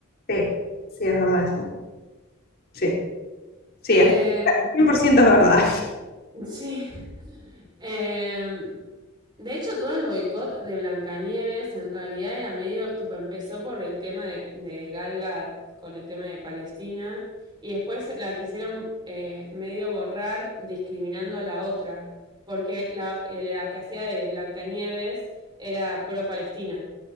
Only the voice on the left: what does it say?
Sí, sí, es verdad eso. Sí, sí,
es 100% es verdad.